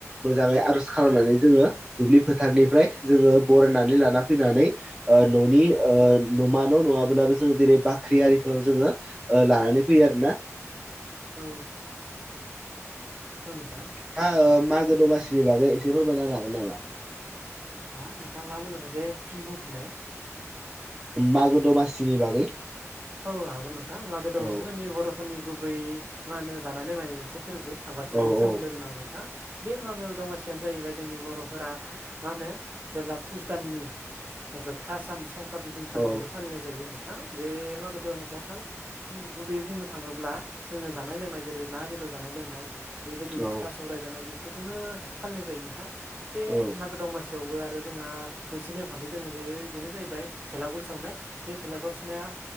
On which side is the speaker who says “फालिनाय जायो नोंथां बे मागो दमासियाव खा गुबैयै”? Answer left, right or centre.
Right